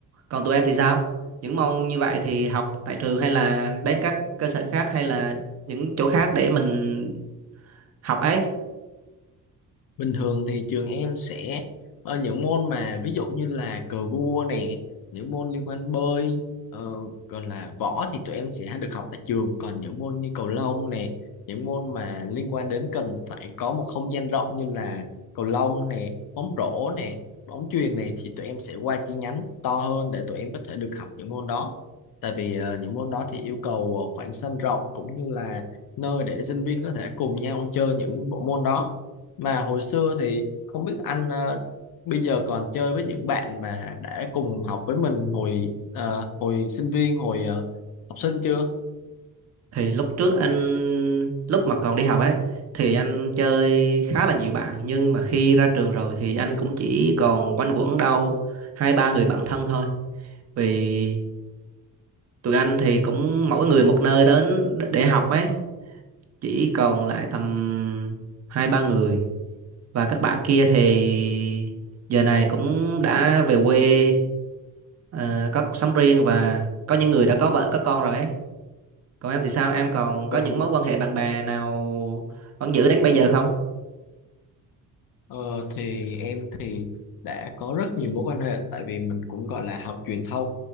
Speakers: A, on the right; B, on the left.
A: còn tụi em thì sao những môn như vậy thì học tại trường hay là đến các cơ sở khác hay là những chỗ khác để mình học ấy
B: Bình thường thì trường em sẽ ờ, những môn mà ví dụ như là cờ vua nè, những môn liên quan bơi, ờ, còn là võ thì tụi em sẽ được học tại trường, còn những môn như cầu lông nè, những môn mà liên quan đến cần phải có một không gian rộng như là cầu lông nè, bóng rổ nè, bóng chuyền này thì tụi em sẽ qua chi nhánh to hơn để tụi em có thể được học những môn đó. Tại vì ờ, những môn đó thì yêu cầu ờ, khoảng sân rộng cũng như là nơi để sinh viên có thể cùng nhau chơi những bộ môn đó mà hồi xưa thì không biết anh ờ, bây giờ còn chơi với những bạn mà đã cùng học với mình hồi ờ, hồi sinh viên, hồi ờ, học sinh chưa?
A: thì lúc trước anh lúc mà còn đi học ấy thì anh chơi khá là nhiều bạn nhưng mà khi ra trường rồi thì anh cũng chỉ còn quanh quẩn đâu hai ba người bạn thân thôi vì tụi anh thì cũng mỗi người một nơi đến để để học ấy chỉ còn lại tầm hai ba người và các bạn kia thì giờ này cũng đã về quê ờ, có cuộc sống riêng và có những người đã có vợ có con rồi ấy. Còn em thì sao? Em còn
B: Vâng.
A: có những mối quan hệ bạn bè nào vẫn giữ đến bây giờ không?
B: Ờ, thì em thì đã có rất nhiều mối quan hệ tại vì mình cũng gọi là học truyền thông